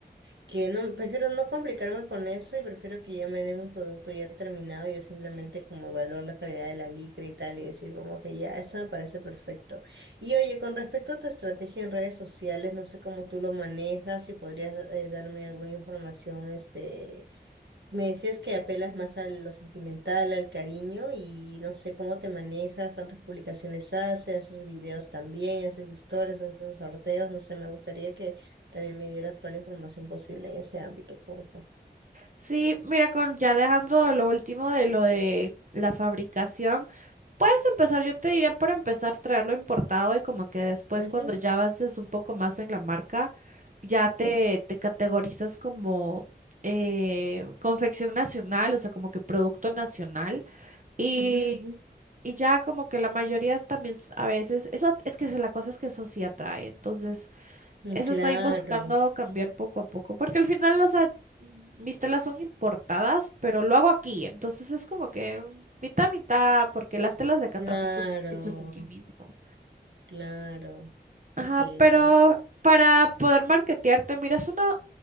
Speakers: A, on the right; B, on the right.
A: que no, prefiero no complicarme con eso y prefiero que ya me den un producto ya terminado, yo simplemente como evaluar la calidad de la licra y tal y decir como que ya, esto me parece perfecto. Y oye, con respecto a tu estrategia en redes sociales, no sé cómo tú lo manejas, si podrías eh, darme alguna información, este me decías que apelas más a lo sentimental, al cariño y no sé cómo te manejas, cuántas publicaciones haces, haces videos también, haces historias, haces sorteos, no sé, me gustaría que también me dieras toda la información posible en ese ámbito, por favor.
B: Sí, mira, con ya dejando lo último de lo de la fabricación, puedes empezar, yo te diría para empezar traerlo importado y como que después
A: Ujú,
B: cuando ya avances un poco más en la marca, ya
A: ujú,
B: te, te categorizas como eh, confección nacional, o sea, como que producto nacional. Y,
A: ujú, ujú.
B: y ya como que la mayoría también s- a veces, eso at- es que se- la cosa es que eso sí atrae. Entonces,
A: Mm,
B: eso
A: Claro,
B: estoy buscando cambiar poco a poco, porque al final, o sea, mis telas son importadas, pero lo hago aquí, entonces es como que mitad, mitad, porque las telas de acá
A: claro,
B: también son hechas aquí mismo.
A: claro.
B: Ajá,
A: Ok,
B: pero
A: ok.
B: para poder marketearte, mira, es una...